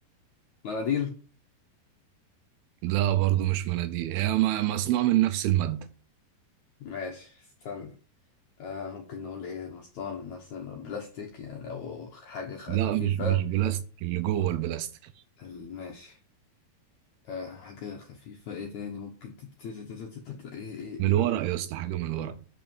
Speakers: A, on the left; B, on the right.
A: مناديل
B: لا برضو مش مناديل هي م- مصنوع من نفس المادة
A: ماشي استنى آه ممكن نقول ايه مصنوع من نفس البلاستيك يعني او حاجة خ-
B: لا
A: خفيفة
B: مش مش بلاستيك اللي جوه البلاستيك
A: ال- ماشي آه حاجة خفيفة ايه تاني ممكن تت- تت- تت- تت- تت- ايه ايه
B: من
A: ايه
B: الورق
A: ايه
B: يا اسطى حاجة من الورق